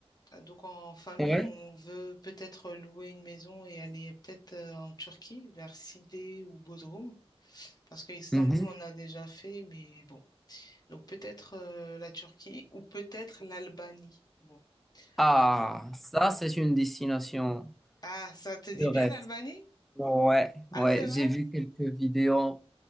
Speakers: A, on the left; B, in the centre.
A: Ah, Donc en famille,
B: Ouais.
A: on veut peut-être louer une maison et aller peut-être euh, en Turquie, vers Sidé ou Bodrum, parce qu'Istanbul
B: Mhm.
A: on a déjà fait, mais bon. Donc peut-être euh, la Turquie ou peut-être l'Albanie. Bon,
B: Ah,
A: à voir.
B: ça, c'est une destination
A: Ah, ça te dit
B: de rêve.
A: bien l'Albanie?
B: Ouais,
A: Ah,
B: ouais,
A: c'est vrai.
B: j'ai vu quelques vidéos.